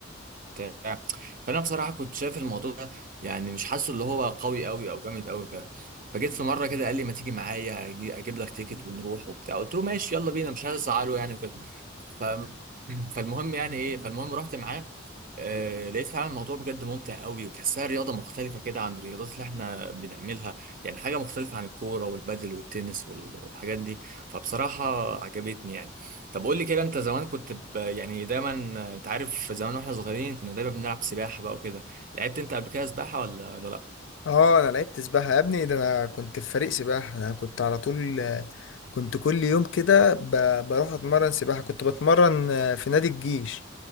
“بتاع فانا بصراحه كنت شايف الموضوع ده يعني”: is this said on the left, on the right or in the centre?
Right